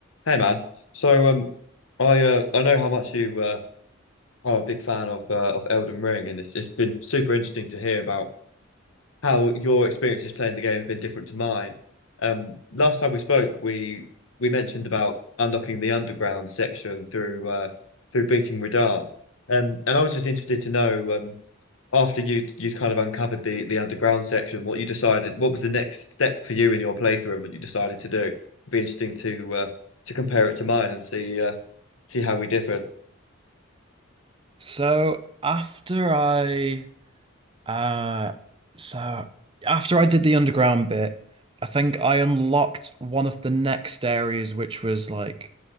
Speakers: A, on the left; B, on the right.
A: Hey man, so um, I uh, I know how much you uh, are a big fan of uh, of Elden Ring, and it's it's been super interesting to hear about how your experiences playing the game have been different to mine. Um, last time we spoke, we we mentioned about unlocking the underground section through uh, through beating Radahn, um, and I was just interested to know um, after you would you'd kind of uncovered the the underground section, what you decided, what was the next step for you in your playthrough, and what you decided to do. It'd be interesting to uh, to compare it to mine and see. Uh, see how we differ.
B: So after I uh so after I did the underground bit, I think I unlocked one of the next areas which was like